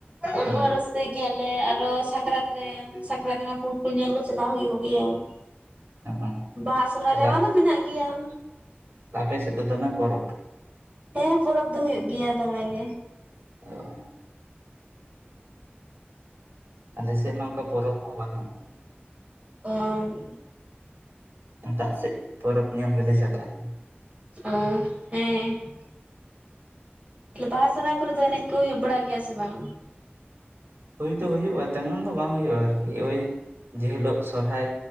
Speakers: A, on the right; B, on the right.
A: ᱩᱱ ᱦᱚᱸ
B: ᱚ
A: ᱨᱟᱹᱥ ᱨᱟᱹᱥᱠᱟᱭ ᱜᱮᱭᱟᱞᱮ ᱟᱨᱚ ᱥᱟᱠᱨᱟᱛ ᱨᱮ ᱥᱟᱠᱨᱟᱛ ᱨᱮᱢᱟ ᱯᱷᱩᱲᱠᱩᱞ ᱧᱮᱞ ᱠᱚ ᱪᱟᱞᱟᱣ ᱦᱩᱭᱩᱜ ᱜᱮᱭᱟ ᱾
B: ᱚ
A: ᱵᱟᱦᱟ ᱥᱚᱨᱦᱟᱭ
B: ᱛᱟᱦᱚᱞᱮ
A: ᱨᱮᱢᱟ ᱫᱚ ᱢᱮᱱᱟᱜ ᱜᱮᱭᱟ ᱾
B: ᱟᱯᱮ ᱥᱮᱫ ᱫᱚ ᱫᱚᱢᱮ ᱯᱚᱨᱚᱵᱽ ᱾
A: ᱦᱮᱸ ᱯᱚᱨᱚᱵᱽ ᱫᱚ ᱦᱩᱭᱩᱜ ᱜᱮᱭᱟ ᱫᱚᱢᱮ ᱜᱮ ᱾
B: ᱚ ᱾ ᱟᱞᱮ ᱥᱮᱫ ᱢᱟ ᱚᱱᱠᱟ ᱯᱚᱨᱚᱵᱽ ᱦᱚᱸ ᱵᱟᱹᱱᱩᱜ ᱾
A: ᱚᱻ
B: ᱮᱴᱟᱜ ᱥᱮᱫ ᱯᱚᱨᱚᱵᱽ ᱧᱮᱞ ᱜᱮᱞᱮ ᱪᱟᱞᱟᱜᱼᱟ ᱾
A: ᱚ ᱦᱮᱸ ᱾ ᱛᱟᱦᱚᱞᱮ ᱵᱟᱦᱟ ᱥᱚᱨᱦᱟᱭ ᱠᱚᱨᱮ ᱫᱚ ᱮᱱᱮᱡ ᱠᱚ ᱦᱩᱭᱩᱜ ᱵᱟᱲᱟ ᱜᱮᱭᱟ ᱥᱮ ᱵᱟᱝ?
B: ᱦᱩᱭ ᱫᱚ ᱦᱩᱭᱩᱜᱼᱟ, ᱛᱮᱢᱚᱱ ᱫᱚ ᱵᱟᱝ ᱦᱩᱭᱩᱜᱼᱟ ᱟᱨᱠᱤ, ᱳᱭ ᱡᱮ ᱦᱤᱞᱳᱜ ᱥᱚᱨᱦᱟᱭ